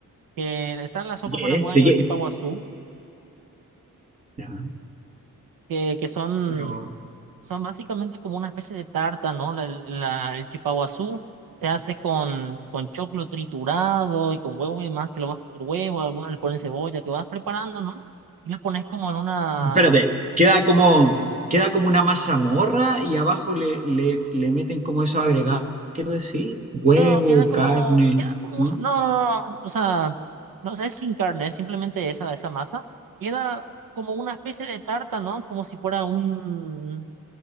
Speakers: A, on the right; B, on the right.
A: que está la sopa
B: ¿De qué?
A: paraguaya
B: eh? ¿De qué?
A: o el chipaguazú,
B: Ya,
A: que, que son
B: Pero,
A: Son básicamente como una especie de tarta, ¿no? La- la- el chipaguazú se hace con, con choclo triturado y con huevo y demás, que lo vas, huevo, algunos le ponen cebolla, que vas preparando, ¿no? Y lo pones como en una...
B: espérate, queda como, queda como una mazamorra y abajo le, le, le meten como eso agregado, quiero decir, huevo,
A: No, queda como,
B: carne,
A: queda como
B: ¿no?
A: un- no, no, no, o sea, no sé, es sin carne, es simplemente esa, esa masa. Queda como una especie de tarta, ¿no? Como si fuera un,